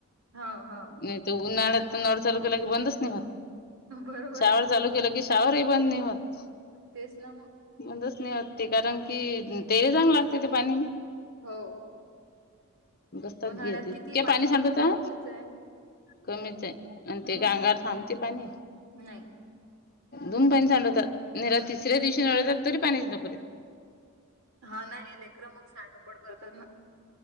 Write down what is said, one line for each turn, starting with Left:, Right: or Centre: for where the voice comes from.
Right: हो हो
Left: नाही उन्हाळ्यात नळ चालू केला की बंदच नाही होत
Right: बरोबर
Left: शावर
Right: आहे
Left: चालू केलं की शावर ही बंद नाही होत
Right: तेचं ना मग
Left: बंदच नाही होतं ते कारण की तेर चांगलं लागते ते पाणी
Right: हो
Left: बसतात
Right: उन्हाळ्यात
Left: घेत
Right: किती
Left: ते पाणी
Right: घेतलं
Left: सांडवता
Right: तर कमीच आहे.
Left: कमीच आहे आणि
Right: हम्म
Left: ते काय अंगावर थांबते पाणी
Right: नाही
Left: दोन पाणी सांडवतात आणि तिसऱ्या दिवशी नळतात तरी पाणी <unintelligible>
Right: हा नाही हे लेकर मग <unintelligible> करतात ना